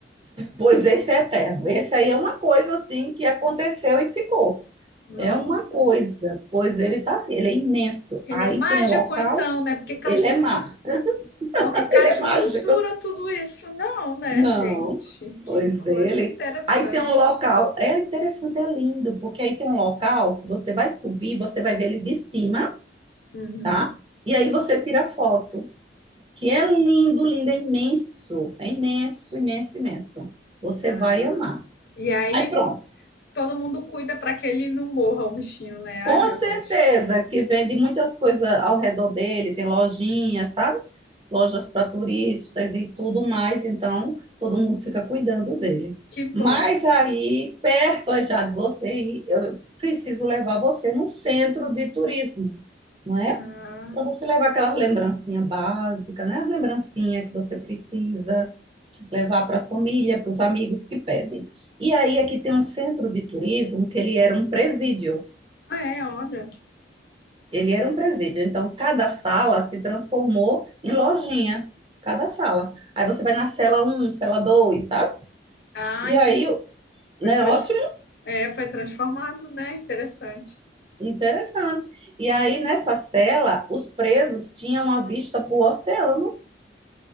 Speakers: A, on the right; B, on the left.
A: pois esse é eterno. Esse aí é uma coisa assim que aconteceu e ficou.
B: Nossa,
A: É uma coisa, pois ele está assim, ele é imenso.
B: ele
A: Aí
B: é mágico
A: tem um local,
B: então, né? Porque caju,
A: ele é má,
B: du- porque
A: <laughs>
B: caju
A: ele é mágico.
B: não dura tudo isso, não, né,
A: Não,
B: gente? Que
A: pois
B: coisa
A: ele.
B: interessante.
A: Aí tem um local, é interessante, é lindo, porque aí tem um local que você vai subir, você vai ver ele de cima,
B: Uhum.
A: tá? E aí você tira foto, que é lindo, lindo, é imenso, é imenso, imenso, imenso. Você
B: Ah.
A: vai amar.
B: E aí
A: Aí pronto.
B: todo mundo cuida para que ele não morra, o bichinho, né?
A: Com
B: Ai, meu
A: certeza,
B: Deus.
A: que vende muitas coisas ao redor dele, tem lojinhas, sabe? Lojas para turistas e tudo mais, então todo mundo fica cuidando dele.
B: Que bom.
A: Mas aí, perto já de você, ir, eu preciso levar você no centro de turismo, não é?
B: Ah,
A: Para você levar aquelas lembrancinhas básicas, né? As lembrancinhas que você precisa levar para a família, para os amigos que pedem. E aí, aqui tem um centro de turismo que ele era um presídio.
B: ah é, olha.
A: Ele era um presídio. Então, cada sala se transformou em lojinhas. Cada sala. Aí você vai na cela um, cela 2, sabe?
B: Ai,
A: E aí,
B: que foi,
A: né,
B: trans...
A: ótimo,
B: é, foi transformado, né? Interessante.
A: interessante. E aí, nessa cela, os presos tinham uma vista para o oceano.